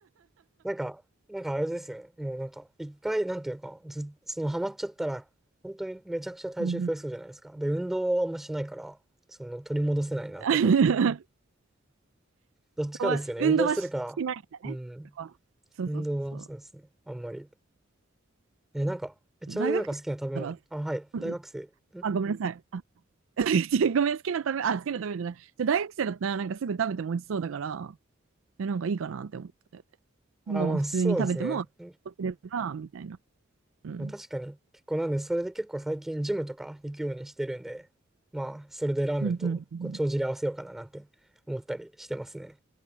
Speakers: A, in the centre; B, on the right (about 80°).
A: なんか、なんかあれですよね。もうなんか、一回、なんていうのか、ず、そのハマっちゃったら、本当にめちゃくちゃ体重増えそうじゃないですか。
B: うんうん。
A: で、運動はあんましないから、その取り戻せないなと思って。
B: <laughs>
A: どっちかですよね。
B: は運動はしないんだね。
A: 運動するか、うん、
B: そうそうそうそ
A: 運動はそうですね。あんまり。え、なんか、えちなみになんか好きな食べ物、
B: う。大学生だっ
A: あ、はい、
B: たら、
A: 大学生。
B: うんうん、
A: ん
B: あ、ごめんなさい。あ、<laughs> 違うごめん、好きな食べ、あ、好きな食べじゃない。じゃあ大学生だったら、なんかすぐ食べても落ちそうだから、え、なんかいいかなって思った。
A: あ、
B: もう普通に食べても、
A: まあそうですね。
B: 落ちれば、みたいな。うん。
A: まあ、確かに結構なんで、それで結構最近ジムとか行くようにしてるんで、まあ、それでラーメンとこう帳尻合わせようかななんて思ったりしてますね。
B: うんうんうんうん。